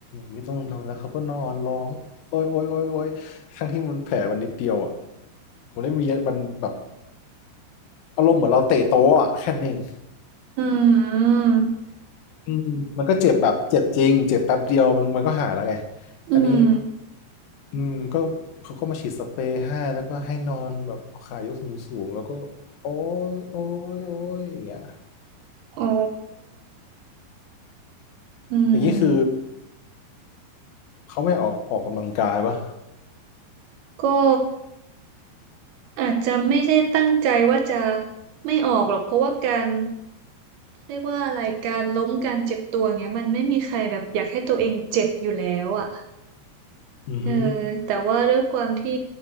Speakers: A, on the left; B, on the right.
A: ไม่ต้องทำแล้วเขาก็นอนร้องโอ๊ยโอ๊ยโอ๊ยโอ๊ยทั้งที่มันแผลมันนิดเดียวอ่ะมันไม่มีมันแบบอารมณ์เหมือนเราเตะโต๊ะอ่ะแค่นั้นเอง
B: อืม
A: อืมมันก็เจ็บแบบเจ็บจริงเจ็บแป๊บเดียวมันมันก็หายแล้วไง
B: อืม
A: อันนี้อืมก็เขาก็มาฉีดสเปรย์ให้แล้วก็ให้นอนแบบเอาขายกสูงสูงแล้วก็โอ้ยโอ้ยโอ้ยอย่างเงี้ย
B: อ๋ออืม
A: อย่างนี้คือ เขาไม่ออกออกกำลังกายปะ
B: ก็อาจจะไม่ได้ตั้งใจว่าจะไม่ออกหรอกเพราะว่าการ เรียกว่าอะไรการล้มการเจ็บตัวเงี้ยมันไม่มีใครแบบอยากให้ตัวเองเจ็บอยู่แล้วอ่ะ
A: อือฮึ
B: เออแต่ว่าด้วยความที่